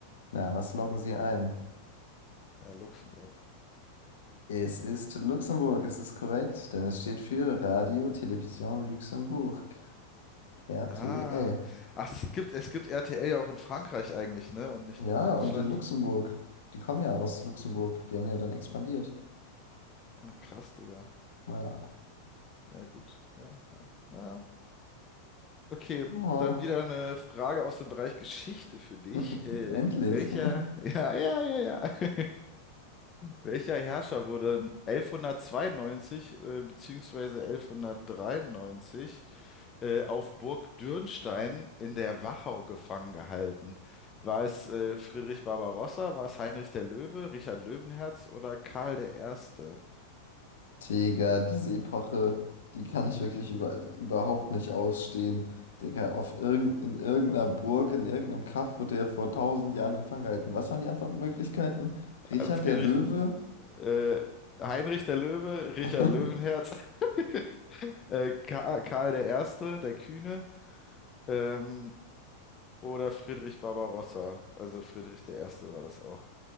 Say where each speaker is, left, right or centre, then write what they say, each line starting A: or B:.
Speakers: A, on the left; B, on the left.
A: Na, was loggen Sie ein?
B: ja, Luxemburg.
A: Es ist Luxemburg, es ist korrekt, denn es steht für Radio Television Luxemburg, RTL.
B: Aha. Ach, es gibt, es gibt RTL ja auch in Frankreich eigentlich, ne? Und nicht
A: Ja,
B: nur in Deutschland.
A: und in Luxemburg. Die kommen ja aus Luxemburg. Die haben ja dann expandiert.
B: Ah, krass, Digga.
A: Ja.
B: Ja, gut. Ja, ja. Naja. Okay,
A: Oh.
B: dann wieder eine Frage aus dem Bereich Geschichte für dich.
A: <laughs>
B: Äh,
A: Endlich.
B: welcher?
A: <laughs>
B: <laughs> Ja, ja, ja, ja. <laughs> Welcher Herrscher wurde 1192 äh, bzw. 1193 äh, auf Burg Dürnstein in der Wachau gefangen gehalten? War es äh, Friedrich Barbarossa, war es Heinrich der Löwe, Richard Löwenherz oder Karl der Erste?
A: Digga, diese Epoche, die kann ich wirklich über, überhaupt nicht ausstehen. Digga, auf irgend, in irgendeiner Burg, in irgendeinem Kaff wurde er vor tausend Jahren gefangen gehalten. Was waren die Antwortmöglichkeiten? Richard
B: Äh, Friedrich,
A: der Löwe?
B: äh, Heinrich der Löwe, Richard
A: <laughs>
B: Löwenherz, <laughs> äh, Ka Karl der Erste, der Kühne, ähm, oder Friedrich Barbarossa. Also Friedrich der Erste war das auch.